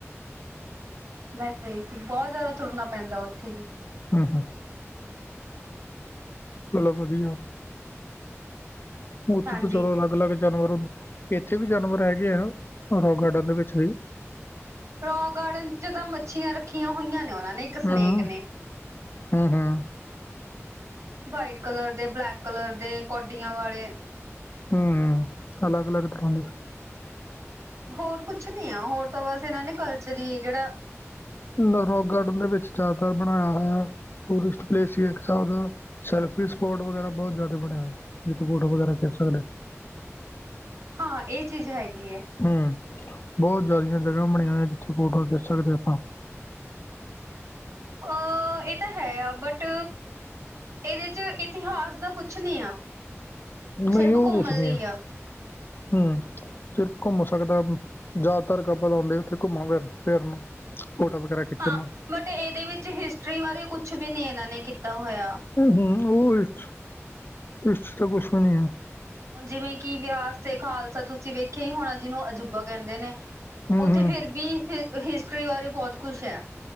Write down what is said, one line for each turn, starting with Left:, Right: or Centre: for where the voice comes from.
Right: ਮੈਂ ਗਈ ਸੀ, ਬੋਤ ਜ਼ਿਆਦਾ ਤੁਰਨਾ ਪੈਂਦਾ ਓਥੇ ਵੀ
Left: ਹੂੰ, ਹੂੰ। ਚਲੋ ਵਦਿਆ। ਓਥੇ
Right: ਹਾਂਜੀ
Left: ਤੇ ਚਲੋ ਅਲੱਗ-ਅਲੱਗ ਜਾਨਵਰ ਹੁ ਇੱਥੇ ਵੀ ਜਾਨਵਰ ਹੈਗੇ ਆ, ਰੋਕ ਗਾਰਡਨ ਦੇ ਵਿੱਚ ਵੀ
Right: ਰੋਕ ਗਾਰਡਨ ਚ ਤਾਂ ਮੱਛੀਆਂ ਰੱਖੀਆ ਹੋਈਆਂ ਨੇ, ਓਨਾ ਨੇ ਤੇ ਸਨੇਕ
Left: ਹੂੰ,
Right: ਨੇ
Left: ਹੂੰ-ਹੂੰ,
Right: ਵਾਈਟ ਕਲਰ ਦੇ, ਬਲੈਕ ਕਲਰ ਦੇ, ਕੋਡੀਆਂ ਵਾਲੇ
Left: ਹੂੰ, ਅਲੱਗ-ਅਲੱਗ ਤਰਾ ਦੇ।
Right: ਹੋਰ ਕੁਛ ਨੀ ਐ, ਹੋਰ ਤਾਂ ਬਾੱਸ ਏਨਾਂ ਨੇ ਕਲਚਰ ਈ ਏ ਜੜਾ
Left: ਨ ਰੋਕ ਗਾਰਡਨ ਦੇ ਵਿੱਚ ਜ਼ਿਆਦਾਤਰ ਬਣਾਏਆ ਹੋਏਆ ਟੂਰਿਸਟ ਪਲੇਸ ਈ ਏਕ ਸਾਬ ਦਾ ਸੈਲਫੀ ਸਪੋਟ ਵਗੈਰਾ ਬੋਤ ਜਿਆਦੇ ਬਣੇ ਓਏ, ਜਿਥੇ ਫੋਟੋ ਵਗੈਰਾ ਖੇਚ ਸਕਦੇ
Right: ਹਾਂ, ਇਹ ਚੀਜ਼ ਹੈਗੀ ਐ।
Left: ਹੂੰ, ਬੋਤ ਜਾਦੀਆ ਜਗਾ ਬਣਿਆਂ ਓਇਯਾਂ, ਜਿਥੇ ਫੋਟੋਵਾਂ ਖੇਚ ਸਕਦੇ ਅਪਾਂ
Right: ਅ, ਏ ਤਾਂ ਹੈਯਾ ਬੱਟ ਏਦੇ ਚ ਇਤਿਹਾਸ ਦਾ ਕੁਛ ਨੀ ਆ,
Left: ਨਹੀਂ
Right: ਸਿਰਫ
Left: ਉਹ
Right: ਘੁੰਮਨ
Left: ਕੁਛ ਨਹੀਂ
Right: ਲਈ ਆ।
Left: ਹੂੰ। ਸਿਰਫ ਘੁੰਮ ਸਕਦੈ, ਜ਼ਿਆਦਾਤਰ ਕਪਲ ਆਓਂਦੇ ਓਥੇ ਘੁੰਮਨ-ਫਿਰਨ। ਫੋਟੋ ਵਗੈਰਾ ਖਿੱਚਨ
Right: ਹਾਂ
Left: ਨੂੰ
Right: ਬਟ ਇੱਦੇ ਵਿੱਚ ਹਿਸਟਰੀ ਵਾਰੇ ਕੁਛ ਵੀ ਨੀ ਇਨਾਂ ਨੇ ਕੀਤਾ ਹੋਏਆ।
Left: ਹਮ ਹਮ ਉਹ ਇਸ ਇਸ ਚ ਤਾਂ ਕੁਛ ਵੀ ਨੀ ਹੈ।
Right: ਹੁਣ ਜਿਵੇ ਕਿ ਵਿਰਾਸ ਤੇ ਖਾਲਸਾ ਤੁਸੀ ਵੇਖਿਆ ਹੀ ਹੋਣਾ ਜਿਹਨੂੰ ਅਜੂਬਾ ਕਹਿਦੇ ਨੇ
Left: ਹੂੰ,
Right: ਉਥੇ
Left: ਹੂੰ,
Right: ਫਿਰ ਵੀ ਹਿਸਟਰੀ ਬਾਰੇ ਬਹੁਤ ਕੁਛ ਹੈ।